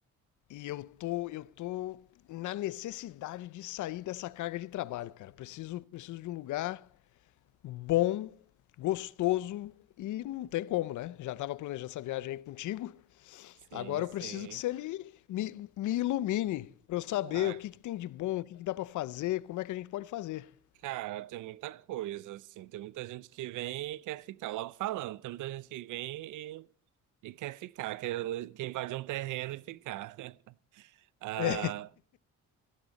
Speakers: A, on the left; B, on the right.
A: E eu tô, eu tô na necessidade de sair dessa carga de trabalho, cara. Preciso, preciso de um lugar bom, gostoso e não tem como, né? Já tava planejando essa viagem aí contigo.
B: sim,
A: Agora
B: sim.
A: eu preciso que você me, me, me ilumine pra eu saber
B: Ah,
A: o que que tem de bom, o que que dá pra fazer, como é que a gente pode fazer. <laughs>
B: cara, tem muita coisa, assim. Tem muita gente que vem e quer ficar. Logo falando, tem muita gente que vem e, e quer ficar, quer, quer invadir um terreno e ficar. <laughs> Ah,
A: É.